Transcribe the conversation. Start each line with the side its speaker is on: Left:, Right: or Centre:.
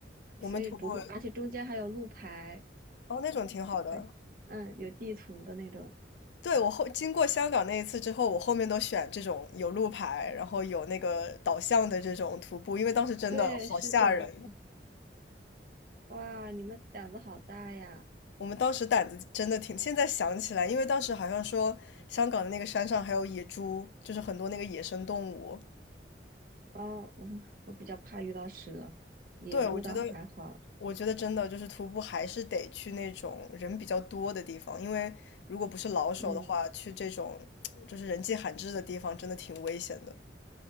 Left: 我们徒步，
Right: 所以不会，而且中间还有路牌，
Left: 哦，那种挺好的，
Right: 还嗯有地图的那种。
Left: 对，我后经过香港那一次之后，我后面都选这种有路牌，然后有那个导向的这种徒步，因为当时真的好吓人。
Right: 对，是的，哇，你们胆子好大呀！
Left: 我们当时胆子真的挺，现在想起来，因为当时好像说香港的那个山上还有野猪，就是很多那个野生动物。
Right: 哦，我我比较怕遇到蛇，野猪倒还好。
Left: 对，我觉得，我觉得真的就是徒步还是得去那种人比较多的地方，因为如果不是老手的话，
Right: 嗯，
Left: 去这种就是人迹罕至的地方，真的挺危险的。